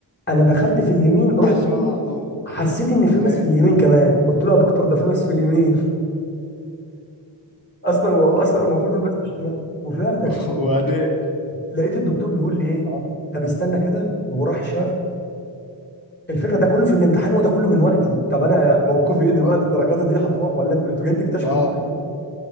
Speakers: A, on the left; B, on the left.
A: انا دخلت في اليمين رحت
B: على الشمال
A: لقيت
B: على طول
A: حسيت ان في
B: ولا
A: ماس
B: ايه
A: في اليمين كمان قلت له يا دكتور ده في ماس في اليمين اصلا هو اصلا المفروض المسح الشمال وفعلا
B: <laughs> وبعدين
A: لقيت الدكتور بيقول لي ايه
B: اه
A: طب استنى كده وراح شاف
B: بقى
A: الفكره ده كله في الامتحان وده كله من وقتي طب انا موقفي ايه دلوقتي
B: وبقى
A: درجاتي دي هتروح ولا انتوا انتوا جايين تكتشفوا
B: اه
A: دلوقتي